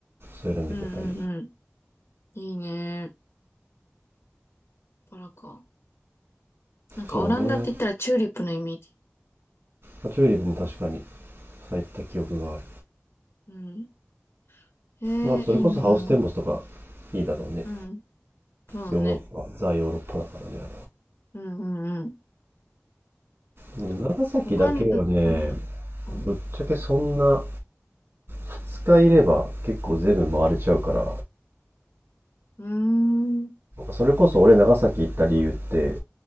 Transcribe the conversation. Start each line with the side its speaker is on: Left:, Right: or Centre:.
Right: そういうの見てたり
Left: うんうん。いいね。バラか。なんかオランダって言ったらチューリップのイメージ。
Right: そうね、まあチューリップも確かに咲いた記憶がある
Left: うん。へえ、
Right: まあそれこそハウステンボスとか
Left: いいな
Right: いいだろうね
Left: ぁ。うん。そうだね。
Right: ヨーロッパザ・ヨーロッパだからねあ
Left: うんうんうん。
Right: れは長崎だけはね
Left: そうか。他に、ん、なんか、うん。
Right: ぶっちゃけそんな2日いれば結構全部回れちゃうから
Left: うーん。
Right: それこそ俺長崎行った理由って